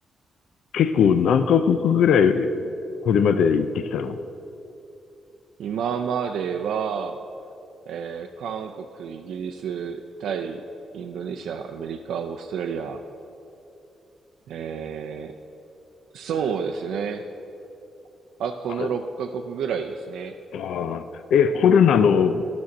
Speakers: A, on the left; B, on the right.
A: 結構何カ国ぐらいこれまで行ってきたの
B: 今までは、えー韓国、イギリス、タイ、インドネシア、アメリカ、オーストラリア。えーそうですね。あ、この6カ国ぐらいですね。
A: ああえ、コロナの